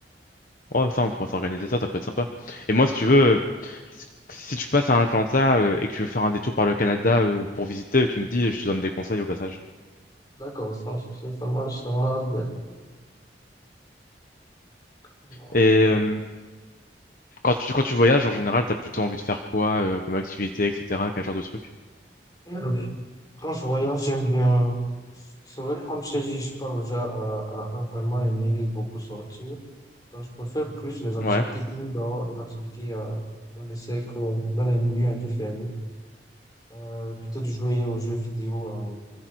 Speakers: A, on the left (about 50°); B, on the left (about 20°).
A: Oh, ça, on pourrait s'organiser ça, ça peut être sympa. Et moi, si tu veux, euh, si tu passes à Atlanta euh, et que tu veux faire un détour par le Canada euh, pour visiter, tu me dis et je te donne des conseils au passage.
B: D'accord, sans souci, ça marche, ça marche. bien. Ça marche
A: Et
B: bien.
A: euh, quand tu, quand tu voyages, en général, t'as plutôt envie de faire quoi euh, comme activité, etc. Quel genre de truc?
B: Ouais. Quand je voyage, j'aime bien. C'est vrai, comme je t'ai dit, je suis pas déjà à, à, à vraiment aimer beaucoup sortir. Donc, je préfère plus les activités
A: Ouais.
B: indoor, les activités euh, dans des cercles, dans les milieux un peu fermés. Euh, plutôt de jouer aux jeux vidéo euh,